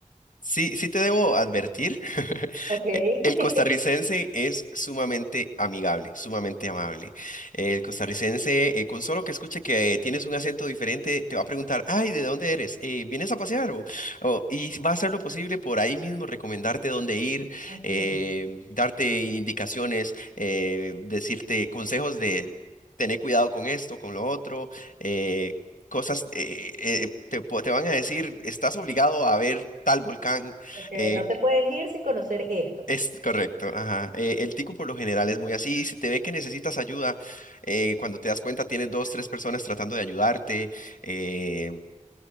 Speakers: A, on the left; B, on the right.
A: Sí, sí te debo advertir, <laughs>
B: Ok.
A: e- el
B: <laughs>
A: costarricense es sumamente amigable, sumamente amable. El costarricense, eh, con solo que escuche que eh, tienes un acento diferente, te va a preguntar, ay, ¿de dónde eres? Eh, ¿vienes a pasear? O, o- y va a hacer lo posible por ahí mismo recomendarte dónde ir,
B: Ujú.
A: eh, darte indicaciones, eh, decirte consejos de... Tener cuidado con esto, con lo otro, eh, cosas eh, eh, te, po- te van a decir, estás obligado a ver tal volcán.
B: Ok,
A: eh,
B: no te puedes ir sin conocer esto.
A: es correcto, ajá. Eh, el tico por lo general es muy así. Si te ve que necesitas ayuda, eh, cuando te das cuenta tienes dos, tres personas tratando de ayudarte. eh,